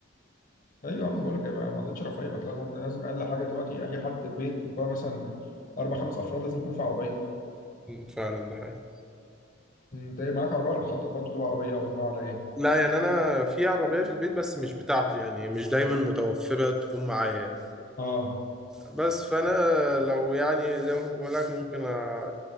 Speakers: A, on the left; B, in the centre.
A: أيوه يا عم بقول لك ما عادتش رفاهية بقى دلوقتي حتى لازم أقل حاجة دلوقتي أي حد بيت مكون مثلا أربع خمس أفراد لازم يكون في عربية
B: فعلا ده حقيقي
A: أنت إيه معاك عربية ولا بتخطط برضه تجيب عربية ولا ناوي على إيه؟
B: لا يعني انا في عربيه في البيت بس مش بتاعتي يعني مش دايما متوفره تكون معايا
A: أه
B: بس فانا لو يعني زي ما كنت بقول لك ممكن أ...